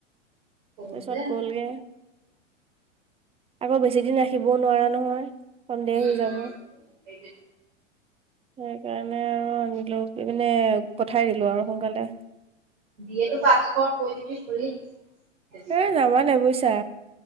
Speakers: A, on the right (about 60°); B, on the right (about 15°).
A: সৰু
B: তাৰপিছত
A: যে
B: গ'ল গে। আকৌ বেছি দিন ৰাখিবও নোৱাৰা নহয় সন্দেহ
A: উম
B: হৈ যাব।
A: উম সেইটোৱেটো
B: সেইকাৰণে আৰু আনিলো কি মানে পঠাই দিলো আৰু সোনকালে।
A: বি এ টো পাছ কৰ কৈ দিবি খুৰীক। তেতিয়া
B: এ' নামানে বুজিছা।